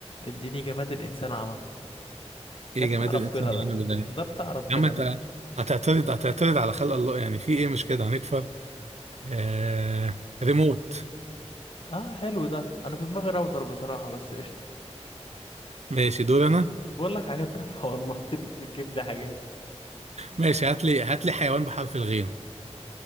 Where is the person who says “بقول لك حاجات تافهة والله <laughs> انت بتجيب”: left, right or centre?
Left